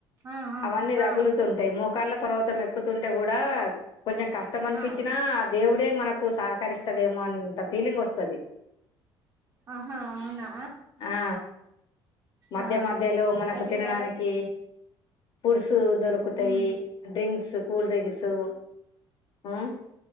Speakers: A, on the right (about 35°); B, on the left (about 55°).
A: ఆ!
B: అవన్నీ తగులుతుంటాయి
A: ఆ! ఆ!
B: మోకాళ్ళ పర్వతం ఎక్కుతుంటే గుడా కొంచెం కష్టం అనిపించిన
A: ఆ!
B: దేవు దేవుడే మనక్ హుక్కు సహకరిస్తాడేమో అన్న అంత ఫీలింగ్ వస్తది
A: ఆహా! అవునా!
B: ఆ మధ్య
A: ఆ!
B: మధ్యలో మనకు
A: అయితే
B: తినడానికి
A: చాలా స
B: పురుష దొరుకుతాయి
A: హ్మ్.
B: డ్రింక్స్ కూల్ డ్రింక్సు ఆ